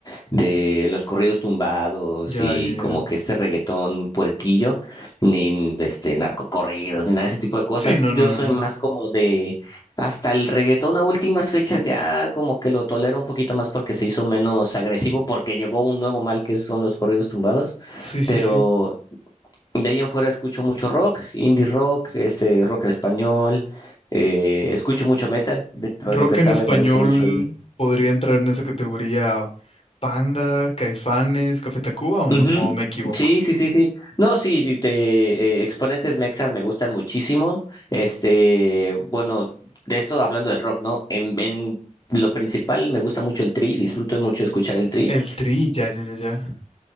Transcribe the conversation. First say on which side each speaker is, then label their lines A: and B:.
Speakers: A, on the left; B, on the left.
A: de los corridos tumbados
B: ya,
A: y
B: ya,
A: como
B: ya.
A: que este reggaetón puerquillo, ni este narcocorridos, ni nada de ese tipo de cosas.
B: Sí, no,
A: Yo
B: no, no,
A: soy
B: no.
A: más como hasta el reggaetón a últimas fechas ya como que lo tolero un poquito más porque se hizo menos agresivo, porque llegó un nuevo mal que son los corridos tumbados,
B: Sí, sí,
A: pero
B: sí.
A: de ahí en fuera escucho mucho rock, indie rock, este rock en español, eh, escucho mucho metal, dentro
B: Rock
A: de lo que cabe
B: en español
A: me gusta mucho
B: podría entrar en esa categoría Panda, Caifanes, Café Tacuba o no,
A: Ujú.
B: o me equivoco.
A: Sí, sí, sí, sí. No, sí, de, de, eh, exponentes mexas me gustan muchísimo. Este, bueno, de esto hablando del rock, ¿no? En, en lo principal me gusta mucho el Tri, disfruto mucho escuchar el Tri.
B: El Tri, ya, ya, ya, ya.